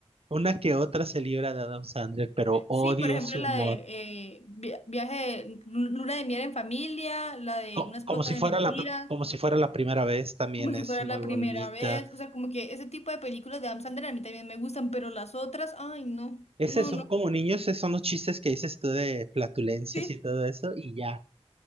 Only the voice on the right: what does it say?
Una que otra se libra de Adam Sandler, pero odio
su
humor.
Co-
Como, si
fuera
la, pr- como si fuera la primera vez, también
es
muy
bonita.
Es
eso,
como niños, esos son los chistes que dices tú de flatulencias
y todo eso, y ya.